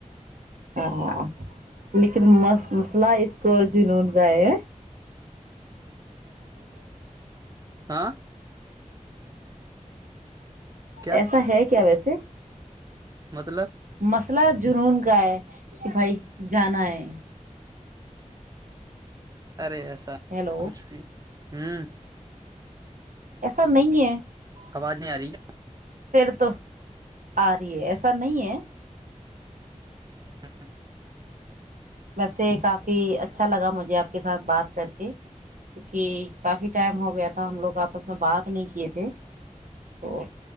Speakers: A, on the right; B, on the right.
A: <unintelligible> <unintelligible> لیکن مست مسئلہ اس تو ارجن گائے
B: اں کیا
A: ایسا ہے کیا ویسا سے
B: مطلب
A: مسئلہ جنون کا کیا ہے سپائی جانا ہے
B: ارے ایسا
A: ہیلو
B: کچھ بھی ہوں
A: ایسا نہیں ہے
B: آواز نہیں آ رہی
A: پھر تو آ رہی ہے ایسا نہیں ہے
B: <unintelligible> <inaudible>
A: بسے کافی فی اچھا لا مجھے آپ کے ساتھ بات کر کے کیونکہ کافی ٹائم ہو گیا تھا ہم لوگ آپس میں بات نہیں کیے تھے تو